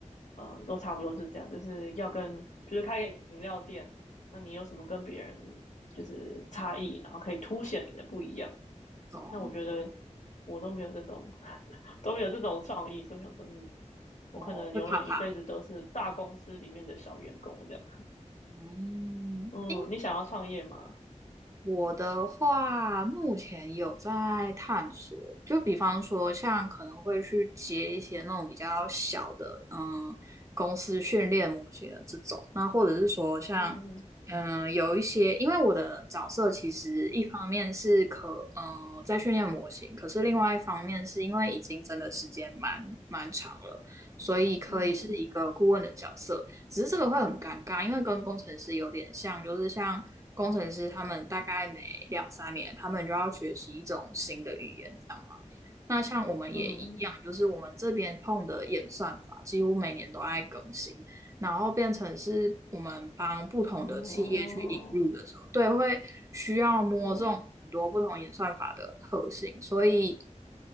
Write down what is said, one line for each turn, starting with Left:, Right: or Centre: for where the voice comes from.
Left: 嗯，都差不多是这样，就是要跟，比如开个饮料店，那你有什么跟别人就是差异，然后可以凸显你的不一样。
Right: 懂。
Left: 那我觉得我都没有这种 <laughs> 都没有这种创意，所以我说，嗯，我可能永远一辈子都是大公司里面的小员工这样。
Right: 哦，会怕怕。嗯，
Left: 嗯，
Right: 因
Left: 你想要创业吗？
Right: 我的话，目前有在探索，就比方说，像可能会去接一些那种比较小的，嗯，公司训练模型的这种，那或者是说像，
Left: 嗯
Right: 嗯，有一些，因为我的角色其实一方面是可，嗯，在训练模型，可是另外一方面是因为已经真的时间蛮蛮长了，所以可以是一个顾问的角色。
Left: 嗯
Right: 只是这个会很尴尬，因为跟工程师有点像，就是像工程师他们大概每两三年，他们就要学习一种新的语言，这样嘛。那像我们也一样，
Left: 嗯，
Right: 就是我们这边碰的演算法几乎每年都在更新，然后变成是我们帮不同的企业去引入的时候，
Left: 哦，
Right: 对，会需要摸这种很多不同演算法的特性，
Left: 嗯
Right: 所以